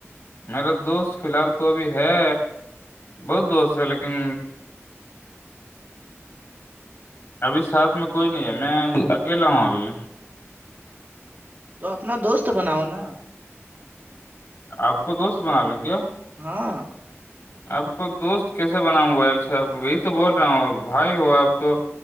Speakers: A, on the left; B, on the right.
A: میرا دوست فی الحال تو ابھی ہے بہت دوست ہے لیکن ابھی ساتھ میں کوئی نہیں ہے میں اکیلاا ہؤں ابھی
B: تو اپنا دوست بناؤ نا
A: آپ کو دوست بنا لیں کیا
B: ہاں
A: آپ کو دوست کیسے بناؤں موبائل سےاحب وہی تو بول رہا ہوں بھائی ہو اب تو